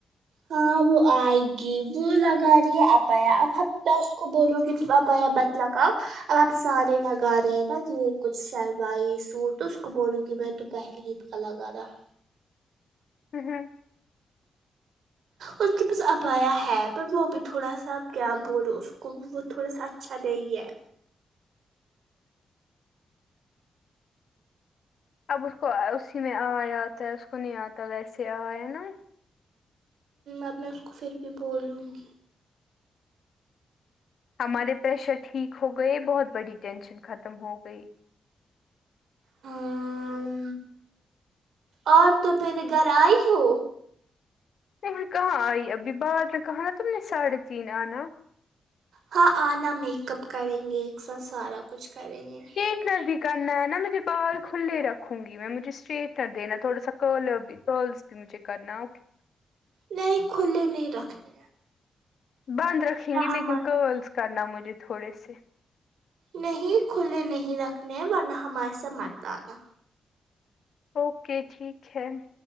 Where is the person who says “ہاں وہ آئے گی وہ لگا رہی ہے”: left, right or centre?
Right